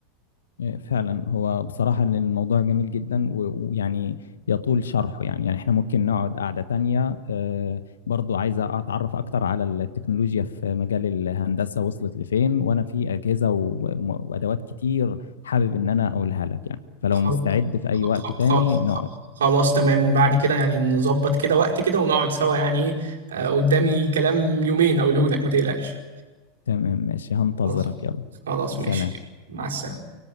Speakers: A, on the left (about 70°); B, on the right (about 65°).
A: إيه، فعلا هو بصراحة إن الموضوع جميل جدا و- ويعني يطول شرحه يعني يعني احنا ممكن نقعد قعدة تانية آه، برضو عايزة أتعرف أكتر على التكنولوجيا في مجال الهندسة وصلت لفين وأنا في أجهزة و- و- وأدوات كتير حابب إن أنا أقولها لك يعني فلو
B: خل-
A: مستعد في أي
B: خ-
A: وقت تاني
B: خ- خ-
A: نقعد
B: خلاص تمام بعد كده يعني نظبط كده وقت كده ونقعد سوا يعني ايه آه، قدامي كلام يومين اقوله لك ما تقلقش
A: تمام ماشي هنتظرك
B: خلاص
A: يلا
B: خلاص
A: سلام
B: ماشي مع السلامة